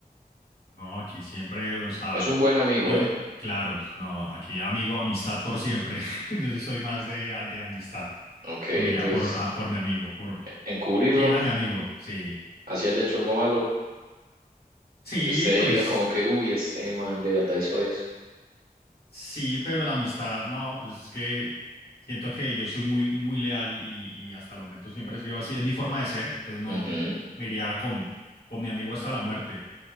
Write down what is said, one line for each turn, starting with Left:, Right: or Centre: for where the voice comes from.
Left: No, aquí siempre, o sea,
Right: Es un buen amigo,
Left: yo,
Right: ¿eh?
Left: claro, no, aquí amigo, amistad por siempre. <laughs> Yo sí soy más de, de amistad.
Right: Ok, entonces,
Left: Me iría por, a- por mi amigo, por
Right: eh, encubrirlo,
Left: fiel a mi amigo, sí.
Right: así haya hecho algo malo.
Left: Sí,
Right: Que usted
Left: pues
Right: diga como que, uy, este man de verdad hizo eso.
Left: sí, pero la amistad, no, pues es que siento que yo soy muy, muy leal y, y hasta el momento siempre he sido así, es mi forma de ser, entonces no
Right: Ujú,
Left: me iría con, con mi amigo hasta la muerte.